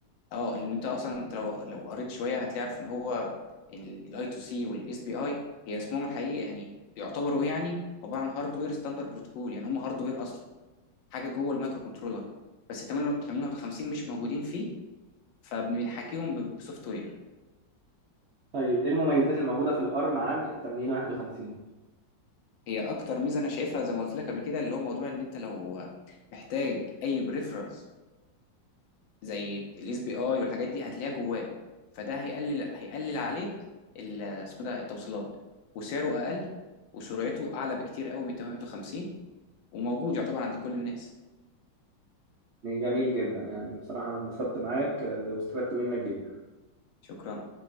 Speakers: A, on the left; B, on the right.
A: اه لان انت اصلا انت لو لو قريت شويه هتعرف ان هو الاي تو سي والاس بي اي هي اسمهم الحقيقي يعني يعتبروا ايه يعني عباره عن هاردوير ستاندرد بروتوكول يعني هم هاردوير اصلا حاجه جوه المايكرو كنترولر بس 80 51 مش موجودين فيه فبنحكيهم ب- بسوفت وير
B: طيب إيه المميزات اللي موجودة في الأرم عن ال 8051
A: هي اكتر ميزه انا شايفها زي ما قلت لك قبل كده اللي هو موضوع ان انت لو محتاج اي بريفرالز زي الاس بي اي والحاجات دي هتلاقيها جواه فده هيقلل هيقلل عليك ال- اسمه ده التوصيلات وسعره اقل وسرعته اعلى بكتير قوي من 851 وموجود يعتبر عند كل الناس
B: جميل جدا يعني بصراحة انبسطت معاك آه، واستفدت منك جدا
A: شكرا